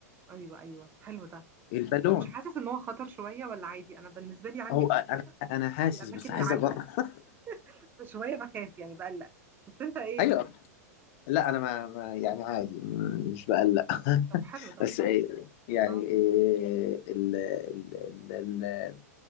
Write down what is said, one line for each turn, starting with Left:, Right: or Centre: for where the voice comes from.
Right: ايوه ايوه حلو ده
Left: البالون
Right: طب مش حاسس ان هو خطر شوية ولا عادي انا بالنسبة لي عندي
Left: هو
Right: فوبيا
Left: انا انا حاسس
Right: من الاماكن
Left: بس عايز
Right: العالية
Left: اجرب <laughs>
Right: <laughs> شوية بخاف يعني بقلق بس انت ايه
Left: ايوه
Right: طيب
Left: لا انا ما, ما يعني عادي ما- مش بقلق <laughs>
Right: طب حلو ده
Left: بس إيه، يعني
Right: اه
Left: إيه ال ال ال ال